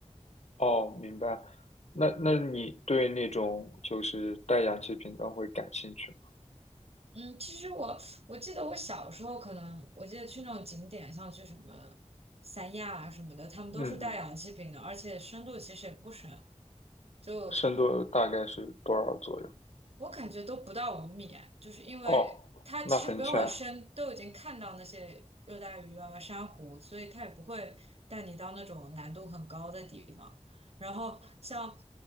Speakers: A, on the left (about 65°); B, on the right (about 55°).
A: 哦，明白。那那你对那种就是带氧气瓶的会感兴趣吗？
B: 嗯，其实我我记得我小时候可能，我记得去那种景点，像去什么三亚啊什么的，他们都是带氧气瓶的，
A: 嗯嗯，
B: 而且深度其实也不深，就
A: 深度大概是多少左右？
B: 我感觉都不到五米，就是因为它其实不用很深，
A: 哦，那很浅。
B: 都已经看到那些热带鱼啊、珊瑚，所以它也不会带你到那种难度很高的地方。然后像，